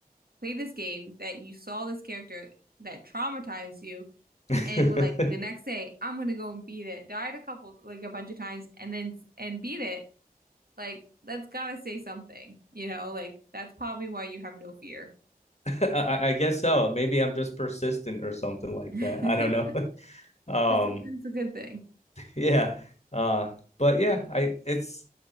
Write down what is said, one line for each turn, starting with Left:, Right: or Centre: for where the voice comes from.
Right: play this game that you saw this character that traumatized you
Left: <laughs> I,
Right: and were like the next day I'm gonna go and beat it. Died a couple like a bunch of times and then and beat it. Like that's gotta say something, you know? Like that's probably why you have no fear.
Left: I guess so. Maybe I'm just persistent or something like
Right: <laughs>
Left: that. I don't know. <laughs> Um,
Right: Persistence is a good thing.
Left: yeah. Uh, but yeah,
Right: But
Left: I it's